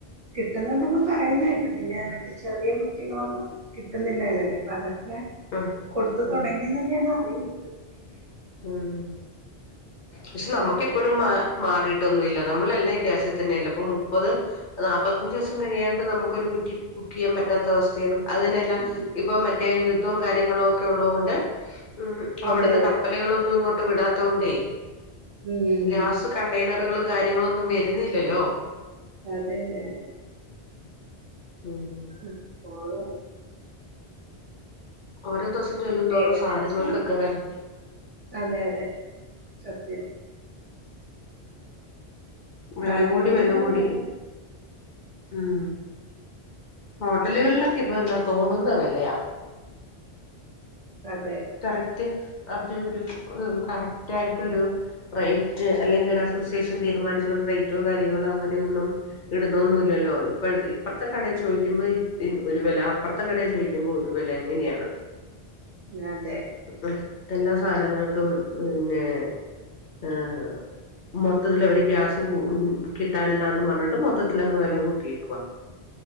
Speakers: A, on the right; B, on the left.
A: കിട്ടുന്നുണ്ട് എന്നൊക്കെ പറയുന്ന കേട്ട് പിന്നെ മറ്റേ ചെറിയ കുറ്റികളൊന്നും കിട്ടുന്നില്ലാര്ന്നല്ലോ അപ്പൊ അതൊക്കെ
B: ഉം
A: കൊടുത്തു
B: ഉം
A: തൊടങ്ങി എന്നൊക്കെയാണ് പറയുന്നത്
B: ഉം പക്ഷെ നമുക്ക് എ പ്പഴും മാറി മാറിയിട്ടൊന്നു ഇല്ല നമ്മളെല്ലാം ഈ ഗ്യാസി തന്നെയല്ലേ ഇപ്പൊ മുപ്പത് നാപ്പത്തഞ്ചു ദിവസം കഴിയാണ്ട് നമുക്കൊരു കുറ്റി ബുക്ക് ചെയ്യാൻ പറ്റാത്ത അവസ്ഥയാണ് അതന്നെ എല്ലാം
A: ഉം
B: ഇപ്പൊ മറ്റേ യുദ്ധവും കാര്യങ്ങളുവൊക്കെ ഉള്ളത് കൊണ്ട് ഉം അവിടുന്ന്
A: അതെ അതെ
B: കപ്പ ല്കളൊന്നും ഇങ്ങോട്ട് വിടാത്തോണ്ടേ
A: ഉം
B: ഗ്യാസ് കണ്ടെയ്നറുകളും കാര്യങ്ങളൊന്നും വരുന്നില്ലല്ലോ
A: അതെ അതെ
B: ഉം ഉം
A: അപ്പോള്
B: ഓരോ ദുവസം ചെല്ലും തോറും
A: ഏകദേശം
B: സാധനങ്ങൾക്കൊക്കെ വെല
A: അതെ അതെ സത്യം
B: വെല
A: സാധനങ്ങൾക്കൊക്കെ
B: കൂടി വെല കൂടി
A: വില
B: ഉം ഹോട്ടലുകളിലൊക്കെ ഇപ്പൊ എന്താ തോന്നുന്ന വെലയ
A: അതെ
B: കറക്റ്റ് അവര് ഒരു കറക്റ്റായിട്ടൊരു റെയ്റ്റ് അല്ലെങ്കി ഒരു അസോസിയേഷൻ തീരുമാനിച്ചൊരു റേറ്റോ കാര്യങ്ങളോ അങ്ങനെയൊന്നും ഇടുന്നോന്നു ഇല്ലല്ലോ ഇപ്പഴ ഇപ്പറത്തെ കടയി ചോദിക്കുമ്പോ ഒരു വെല അപ്പറത്തെ കടയി ചോയ്ക്കു മ്പോ ഒരു വെല അങ്ങനെയാണ്
A: അതെ
B: ഉം എല്ലാ സാനങ്ങൾക്കും പിന്നെ ഏഹ് മൊത്തത്തില് അവര് ഗ്യാസ് കൂ കിട്ടാനില്ലാന്നും പറഞ്ഞിട്ട് മൊത്തത്തിലങ്ങ് വെല കൂട്ടിയേക്കുവാ